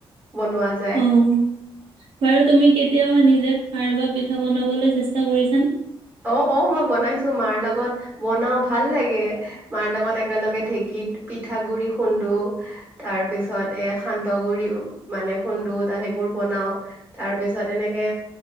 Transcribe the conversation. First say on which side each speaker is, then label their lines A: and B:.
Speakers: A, on the right; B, on the right.
A: বনোৱা যায়।
B: অ'বাৰু তুমি কেতিয়াবা নিজে খায় বৈয় পিঠা বনাবলৈ চেষ্টা কৰিছানে?
A: অ' অ' মই বনাইছোঁ মাৰ লগত বনাও ভাল লাগে। মাৰ লগত একেলগে ঢেঁকীত পিঠাগুৰি খুন্দো। তাৰ পিছত এ সান্দহ গুৰি মানে খুন্দো ত' সেইবোৰ বনাওঁ। তাৰ পিছত এনেকে